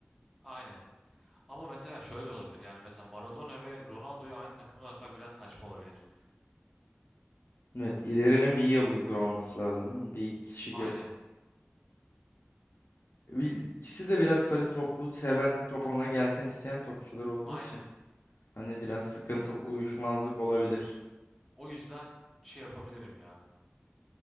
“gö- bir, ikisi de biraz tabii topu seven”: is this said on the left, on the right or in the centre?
Left